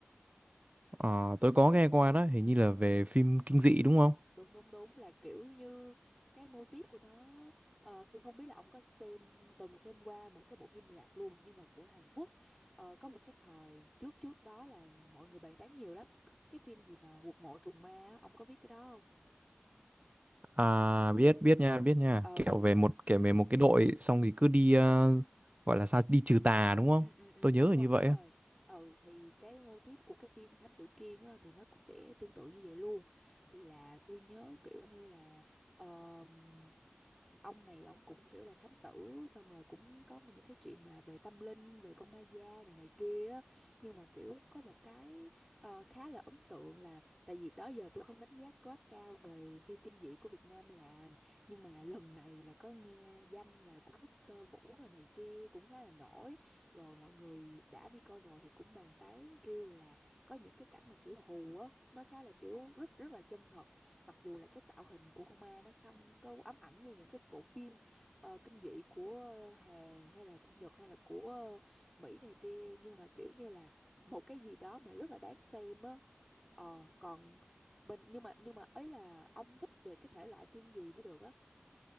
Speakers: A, on the right; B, in the centre.
A: Ờ, tôi có nghe qua đó, hình như là về phim kinh dị đúng không?
B: Đúng đúng đúng là kiểu như cái mô típ của nó, ờ, tôi không biết là ông có xem từng xem qua một cái bộ phim rạp luôn nhưng mà của Hàn Quốc, Ờ, có một cái thời trước trước đó là mọi người bàn tán nhiều lắm, cái phim gì mà Quật mộ trùng ma, á, ông có biết cái đó không?
A: À biết biết nha, biết nha.
B: ờ
A: Kiểu
B: ờ
A: về một kể về một cái đội xong thì cứ đi ờ, gọi là sao đi trừ tà đúng không?
B: Ừ, ừ, ừ,
A: Tôi nhớ
B: đúng
A: là
B: rồi
A: như
B: đúng
A: vậy
B: rồi
A: á.
B: ừ thì cái mô típ của cái phim Thám Tử Kiên á, thì nó cũng sẽ tương tự như vậy luôn là tôi nhớ kiểu như là ờm, ông này ông cũng kiểu là thám tử xong rồi cũng có những cái chuyện mà về tâm linh về con ma da rồi này kia á. nhưng mà kiểu có một cái ờ, khá là ấn tượng là tại vì đó giờ tôi không đánh giá quá cao về phim kinh dị của Việt Nam làm nhưng mà lần này là có nghe danh là của Victor Vũ rồi này kia cũng khá là nổi rồi mọi người đã đi coi rồi thì cũng bàn tán kêu là có những cái cảnh mà kiểu hù á nó khá là kiểu rất rất là chân thật mặc dù là cái tạo hình của con ma nó không có ám ảnh như những cái bộ phim ờ, kinh dị của ờ, Hàn hay là của Nhật hay là của ờ, Mỹ này kia nhưng mà kiểu như là một cái gì đó mà rất là đáng xem á ờ còn bình nhưng mà nhưng mà ấy là ông thích về cái thể loại phim gì mới được á